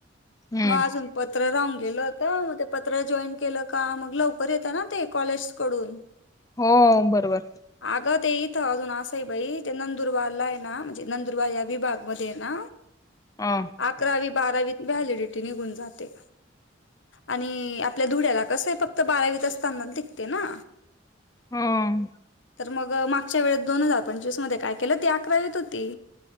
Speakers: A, on the left; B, on the left.
A: हम्म
B: मग अजून पत्र राहू गेलं होत. मग ते पत्र जॉईन केलं का? मग लवकर येतं ना ते, कॉलेजस कडून.
A: हो बरोबर.
B: अगं, ते इथं अजून असं बाई, ते नंदुरबारलाय ना, म्हणजे नंदुरबार या विभागमध्येय ना
A: अ
B: अकरावी- बारावीत व्हॅलिडिटी निघून जाते. आणि आपल्या धुड्याला कसंय, फक्त बारावीत असताना दिघते ना.
A: हम्म.
B: तर मग, मागच्या वेळेत दोन हजार पंचवीस मध्ये काय केलं अकरावीत होती.